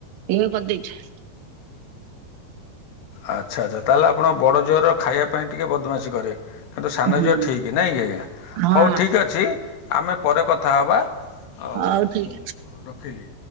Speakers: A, on the right; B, on the left.
A: ଇଏ କରିଦେଇଛି।
B: ଆଚ୍ଛା -ଆଚ୍ଛା। ତାହେଲେ ଆପଣ ବଡଝିଅର ଖାଇବା ପାଇଁ ଟିକିଏ ବଦମାସି କରେ। କିନ୍ତୁ ସାନ
A: ହୁଁ
B: ଝିଅ ଠିକ୍ ନା କି ଆଜ୍ଞା,
A: ହଁ
B: ହୋଉ ଠିକ୍ ଅଛି ଆମେ ପରେ କଥା ହେବା ଆଉ
A: ହଉ ଠିକ।
B: ମୁଁ ରଖିଲି।